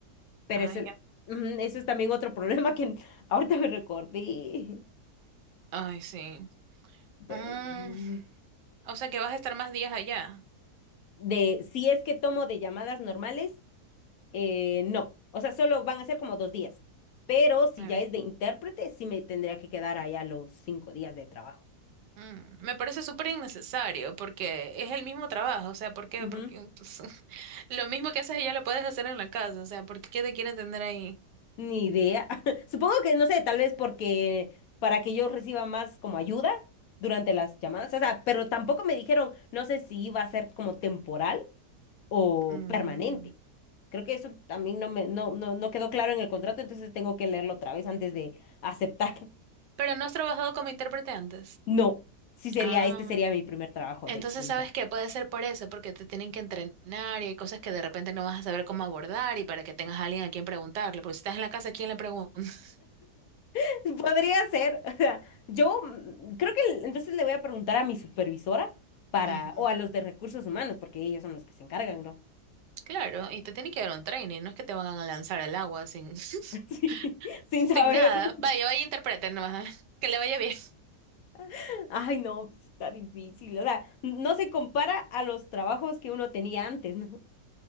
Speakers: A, on the left; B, on the right.
A: Pero
B: Ah,
A: ese,
B: ya.
A: ujú, ese es también otro <laughs> problema que ahorita me recordé.
B: Ay, sí.
A: Pero,
B: Mm,
A: mm,
B: O sea que vas a estar más días allá.
A: de si es que tomo de llamadas normales, eh, no. O sea, solo van a ser como dos días. Pero si
B: Ah,
A: ya es de intérprete, sí me tendría que quedar allá los cinco días de trabajo.
B: Mm, Me parece súper innecesario porque es el mismo trabajo, o sea, ¿por qué?
A: Ujú,
B: Porque <laughs> lo mismo que haces allá lo puedes hacer en la casa, o sea, ¿por qué te quieren tener ahí?
A: Ni idea. <laughs> Supongo que, no sé, tal vez porque para que yo reciba más como ayuda durante las llamadas. O sea, pero tampoco me dijeron, no sé si iba a ser como temporal o
B: mm,
A: permanente. Creo que eso también no me, no, no, no quedó claro en el contrato, entonces tengo que leerlo otra vez antes de aceptar. <laughs>
B: Pero no has trabajado como intérprete antes.
A: No, sí sería,
B: ah,
A: este sería mi primer trabajo
B: Entonces,
A: de limpiar.
B: ¿sabes que Puede ser por eso, porque te tienen que entrenar y hay cosas que de repente no vas a saber cómo abordar y para que tengas a alguien a quien preguntarle, porque si estás en la casa, ¿a quién le preguntas? <laughs>
A: <laughs> Podría ser, o sea, yo mm, creo que el- entonces le voy a preguntar a mi supervisora para,
B: ujú.
A: o a los de recursos humanos, porque ellos son los que se encargan, ¿no?
B: Claro, y te tienen que dar un training, no es que te van a lanzar al agua sin... <laughs>
A: <laughs> Sí, sin
B: Sin
A: saber.
B: nada. Vaya, vaya, interpreten nomás. <laughs> Que le vaya bien.
A: <laughs> Ay, no, pues está difícil. O sea, no se compara a los trabajos que uno tenía antes, ¿no? <laughs>